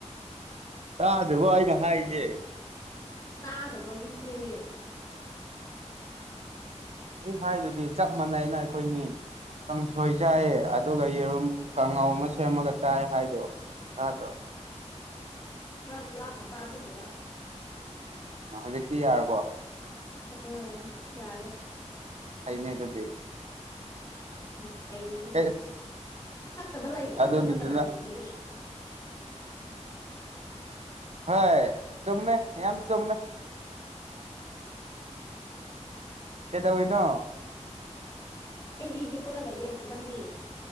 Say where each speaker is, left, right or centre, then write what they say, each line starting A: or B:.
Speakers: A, on the right; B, on the left.
A: ꯇꯥꯗꯦꯕꯣ ꯑꯩꯅ ꯍꯥꯏꯁꯦ
B: ꯇꯥꯗꯕꯒꯤ ꯍꯦ
A: ꯑꯩ ꯍꯥꯏꯗꯨꯗꯤ ꯆꯞ ꯃꯥꯟꯅꯩꯅ ꯑꯩꯈꯣꯏꯅꯤ ꯀꯥꯡꯁꯣꯏ ꯆꯥꯏꯑ ꯑꯗꯨꯒ ꯌꯦꯔꯨꯝ ꯀꯥꯡꯉꯥꯎ ꯑꯃ ꯁꯦꯝꯃꯒ ꯆꯥꯏ ꯍꯥꯏꯗꯣ ꯑꯗꯣ
B: ꯈꯔ ꯂꯥꯞꯅ ꯇꯥꯕꯒꯤꯔ
A: ꯍꯧꯖꯤꯛꯇꯤ ꯌꯥꯔꯕꯣ
B: ꯎꯝ ꯌꯥꯔꯦ
A: ꯍꯥꯏꯅꯦ ꯑꯗꯨꯗꯤ
B: ꯁ ꯐꯅꯤꯒ
A: ꯑꯦ
B: ꯐꯠꯇꯕ ꯂꯩ ꯐꯠꯇꯕ
A: ꯑꯗꯨꯗꯨꯗꯨꯅ
B: ꯀꯅꯥ ꯂꯩ ꯃꯤꯅꯦꯦ
A: ꯍꯣꯏ ꯆꯨꯝꯃꯦ ꯌꯥꯝ ꯆꯨꯝꯃꯦ ꯀꯗꯧꯣꯏꯅꯣ
B: ꯑꯩꯗꯤ ꯍꯤꯞꯄꯒ ꯂꯩꯑꯦ ꯅꯪꯗꯤ